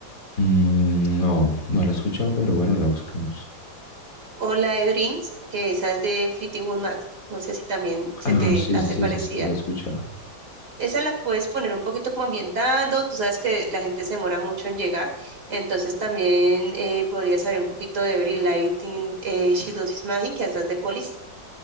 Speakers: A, on the left (about 45°); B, on the right (about 55°).
A: Mm, No, no la he escuchado, pero bueno, la buscamos.
B: o la de Dreams, que esa es de Fleetwood Mac, no sé si también se
A: Ah,
B: te
A: sí,
B: hace
A: sí, sí,
B: parecida.
A: esa sí la he escuchado.
B: Esa la puedes poner un poquito como ambientando, tú sabes que la gente se demora mucho en llegar, entonces también eh, podría salir un poquito de Very Lighting, eh, She Do This Magic, que estás de Polis,